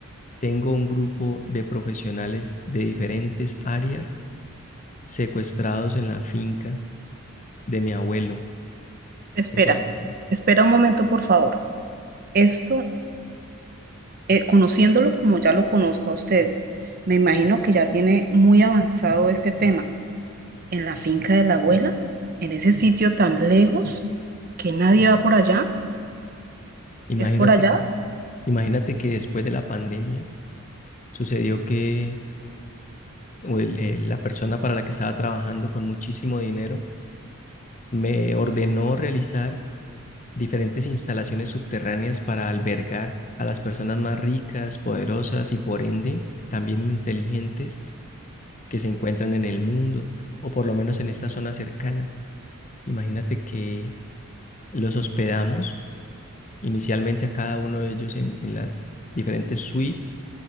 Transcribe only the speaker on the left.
tengo un grupo de profesionales de diferentes áreas secuestrados en la finca de mi abuelo. Se
encuentran.
Imagínate
Imagínate que después de la pandemia sucedió que o el- el- la persona para la que estaba trabajando con muchísimo dinero me ordenó realizar diferentes instalaciones subterráneas para albergar a las personas más ricas, poderosas y por ende también inteligentes que se encuentran en el mundo o por lo menos en esta zona cercana. Imagínate que los hospedamos inicialmente a cada uno de ellos en, en las diferentes suites